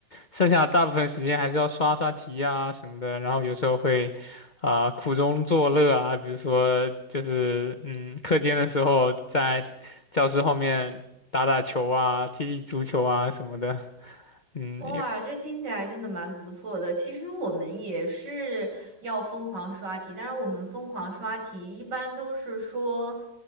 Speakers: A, on the left; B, on the right.
A: 剩下大部分时间还是要刷刷题啊什么的，然后有时候会啊、苦中作乐啊，比如说就是嗯课间的时候在。教室后面打打球啊，踢踢足球啊什么的。嗯，
B: 哇，
A: 也
B: 这听起来真的蛮不错的。其实我们也是要疯狂刷题，但是我们疯狂刷题一般都是说，